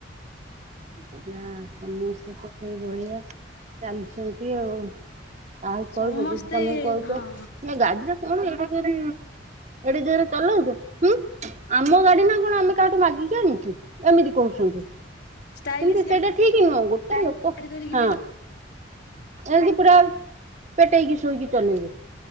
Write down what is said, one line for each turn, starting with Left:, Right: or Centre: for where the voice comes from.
Right: କଁ କରିବା ସମସ୍ତେ ତ ସେଇ ଭଳିଆ ଚାଲିଛନ୍ତି ଆଉ। କାହାକୁ କହିବ
Left: ସମସ୍ତେ
Right: ଯଦି ତମେ କହୁଚ
Left: ହଁ
Right: ଏ ଗାଡି ଟା କଣ ଏଡେ ଜୋରେ। ଏଡେ ଯୋରେ ଚଲଉଛ ହୁଁ ଆମ ଗାଡି ନା କଣ ଆମେ କାହାଠୁ ମାଗିକି ଆଣିଛୁ। ଏମିତି କହୁଛନ୍ତି।
Left: ହଁ। ଷ୍ଟାଇଲିଶ
Right: କିନ୍ତୁ ସେଇଟା ଠିକ ନୁହଁ ଗୋଟେ ଲୋକ
Left: ଗାଡି ଧରିକି
Right: ହଁ
Left: ବି
Right: ଏମିତ ପୁରା ପେଟେଇକି ଶୋଇକି ଚଲେଇବେ।